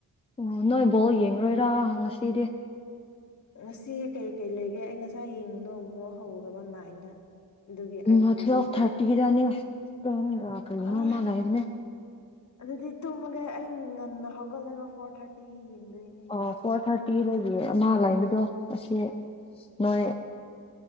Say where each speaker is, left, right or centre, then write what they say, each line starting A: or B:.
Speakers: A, on the left; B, on the left.
A: ꯑꯣ ꯅꯣꯏ ꯕꯣꯜ ꯌꯦꯡꯔꯣꯏꯔꯥ ꯉꯁꯤꯗꯤ
B: ꯉꯁꯤ ꯀꯩꯀꯩ ꯂꯩꯒꯦ ꯑꯩ ꯉꯁꯥꯏ ꯌꯦꯡꯉꯕꯗꯗꯣ ꯕꯣꯜ ꯍꯧꯗꯕ ꯅꯥꯏꯟꯗ ꯑꯗꯨꯒꯤ ꯑꯩ
A: ꯃꯊ
B: ꯇꯤꯚꯤ
A: ꯇꯨꯋꯦꯜꯐ ꯊꯥꯔꯇꯤꯗꯅꯤ
B: ꯑꯣꯐ
A: ꯏꯁꯄꯦꯟꯒ ꯀꯩꯅꯣꯃ
B: ꯑꯥ
A: ꯂꯩꯥꯕꯅꯦ
B: ꯑꯗꯨꯗꯤ ꯇꯨꯝꯃꯒꯦ ꯑꯩ ꯉꯟꯅ ꯍꯧꯒꯠꯂꯒ ꯐꯣꯔ ꯊꯥꯔꯇꯤꯒꯤ ꯌꯦꯡꯗꯣꯏꯅꯦ
A: ꯑꯣ ꯐꯣꯔ ꯊꯥꯔꯇꯤꯗꯒꯤ ꯑꯃ ꯂꯩꯕꯗꯣ ꯑꯁꯤ ꯅꯣꯏ